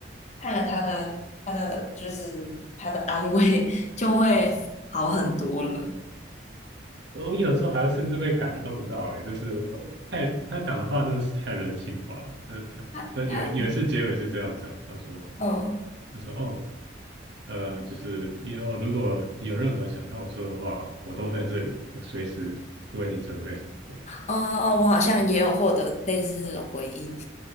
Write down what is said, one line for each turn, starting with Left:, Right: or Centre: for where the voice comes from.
Left: 看了他的他的就是他的安慰，<laughs> 就会好很多了。
Right: 我有时候还会甚至被感动到、哎，就是太他讲的话真的是太人性化了。那他他有有一次结尾是这样讲，
Left: 他他
Right: 他说
Left: 嗯。
Right: 他说哦呃就是以后如果你有任何想和我说的话，我都在这里，我随时为你准备。<laughs>
Left: 哦哦，我好像也有获得类似这种回应，